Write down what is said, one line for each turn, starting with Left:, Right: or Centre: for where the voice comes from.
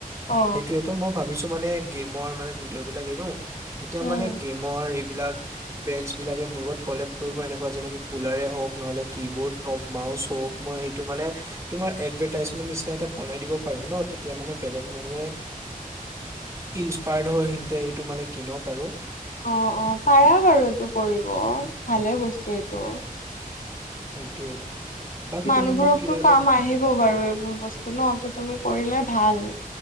Left: অ
Right: সেইটোৱে ত'মইও ভাবিছো মানে গেমৰ মানে ভিডিঅ' বিলাক এৰো তেতিয়া
Left: উম
Right: মানে গেম মৰ এইবিলাক ব্ৰেনছ বিলাক এ মোৰ লগত কলেব কৰিব এনেকুৱা যেনেকে কুলাৰে হওঁক নহলে কি বৰ্ড হওক, মাউচ হওক মই সেইটো মানে তোমাৰ এডভাৰ্টাইজমেন্ট নিচিনা এটা বনাই দিব পাৰিম ন' তেতিয়া মানে বেলেগ মানুহে ইনসপায়াৰ্ড হৈ সিতে এইটো মানে কিনক আৰু।
Left: অ', অ', পাৰা বাৰু এইটো কৰিব ভালে বস্তু এইটো।
Right: সেইটোয়ে বাকী
Left: মানুহবোৰকতো
Right: তুমি মোক কিবা এটা
Left: কাম আহিব বাৰু এইবোৰ বস্তু। স্তু ন' ত' তুমি কৰিলে ভাল।